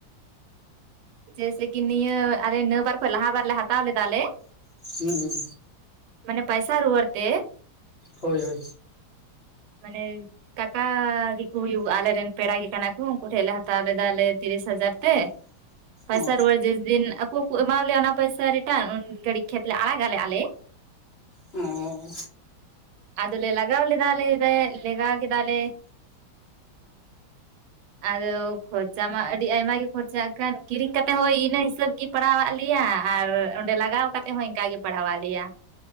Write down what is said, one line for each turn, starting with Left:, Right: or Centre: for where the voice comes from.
Right: ᱡᱮᱭᱥᱮ ᱠᱤ ᱱᱤᱭᱟᱹ ᱟᱞᱮ ᱱᱟᱹᱵᱟᱨ ᱠᱷᱚᱡ ᱞᱟᱦᱟ ᱵᱟᱨ ᱞᱮ ᱦᱟᱛᱟᱣ ᱞᱮᱫᱟᱞᱮ᱾
Left: ᱦᱩᱸ ᱦᱩᱸ,
Right: ᱢᱟᱱᱮ ᱯᱟᱭᱥᱟ ᱨᱩᱣᱟᱹᱲ ᱛᱮ,
Left: ᱦᱳᱭ ᱦᱳᱭ᱾
Right: ᱢᱟᱱᱮ, ᱠᱟᱠᱟ ᱜᱮᱠᱚ ᱦᱩᱭᱩᱜᱼᱟ ᱟᱞᱮᱨᱮᱱ ᱯᱮᱲᱟ ᱜᱮ ᱠᱟᱱᱟ ᱠᱚ ᱩᱱᱠᱩ ᱴᱷᱮᱡ ᱞᱮ ᱦᱟᱛᱟᱣ ᱞᱮᱫᱟᱞᱮ ᱛᱤᱨᱤᱥ ᱦᱟᱡᱟᱨ ᱛᱮ᱾ ᱯᱚᱭᱥᱟ
Left: ᱚ
Right: ᱨᱩᱣᱟᱹᱲ ᱡᱮᱥ ᱫᱤᱱ ᱟᱠᱚ ᱠᱚ ᱮᱢᱣᱟ ᱞᱮᱭᱟ ᱚᱱᱟ ᱯᱚᱭᱥᱟ ᱨᱤᱴᱟᱨᱱ ᱜᱷᱟᱹᱲᱤᱡ ᱠᱷᱮᱛ ᱞᱮ ᱟᱲᱟᱜᱟᱞᱮ ᱟᱞᱮ᱾
Left: ᱚ,
Right: ᱟᱫᱚᱞᱮ ᱞᱟᱜᱟᱣ ᱞᱮᱫᱟᱞᱮ ᱞᱮᱜᱟᱣ ᱠᱮᱫᱟᱞ ᱞᱮ ᱟᱫᱚ ᱠᱷᱚᱨᱪᱟ ᱢᱟ ᱟᱹᱰᱤ ᱟᱭᱢᱟ ᱜᱮ ᱠᱷᱚᱨᱪᱟᱜ ᱠᱟᱱ ᱠᱤᱨᱤᱧ ᱠᱟᱛᱮ ᱦᱚᱸᱭ ᱤᱱᱟᱹ ᱦᱤᱥᱟᱹᱵ ᱜᱮ᱾ ᱯᱟᱲᱟᱣ ᱟᱫ ᱞᱮᱭᱟ ᱟᱨ ᱚᱸᱰᱮ ᱞᱟᱜᱟᱣ ᱠᱟᱛᱮᱫ ᱦᱚᱸ ᱤᱱᱠᱟᱹ ᱜᱮ ᱯᱟᱲᱟᱣᱟᱜ ᱞᱮᱭᱟ᱾